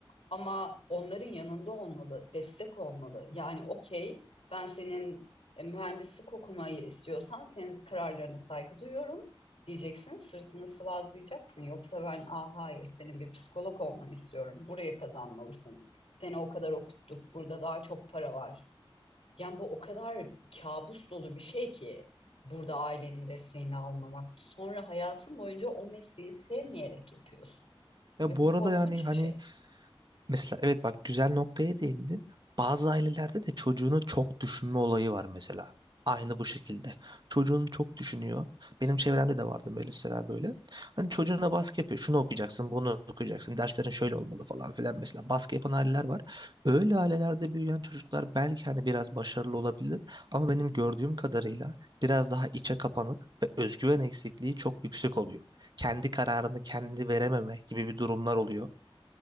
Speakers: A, on the left; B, on the right.
A: Ama onların yanında olmalı, destek olmalı. Yani okey, ben senin e, mühendislik okumayı istiyorsan senin kararlarına saygı duyuyorum diyeceksin. Sırtını sıvazlayacaksın. Yoksa ben ah hayır senin bir psikolog olmanı istiyorum. Buraya kazanmalısın. Seni o kadar okuttuk. Burada daha çok para var. Yani bu o kadar kabus dolu bir şey ki burada ailenin desteğini almamak. Sonra hayatın boyunca o mesleği sevmeyerek yapıyorsun.
B: Ya
A: Ve
B: bu
A: bu
B: arada
A: korkunç
B: yani hani
A: bir şey.
B: Mesela evet bak güzel noktaya değindin. Bazı ailelerde de çocuğunu çok düşünme olayı var mesela. Aynı bu şekilde. Çocuğunu çok düşünüyor. Benim çevremde de vardı böyle mesela böyle. Hani çocuğuna baskı yapıyor. Şunu okuyacaksın, bunu okuyacaksın. Derslerin şöyle olmalı falan filan mesela. Baskı yapan aileler var. Öyle ailelerde büyüyen çocuklar belki hani biraz başarılı olabilir. Ama benim gördüğüm kadarıyla biraz daha içe kapanık ve özgüven eksikliği çok yüksek oluyor. Kendi kararını kendi verememe gibi bir durumlar oluyor.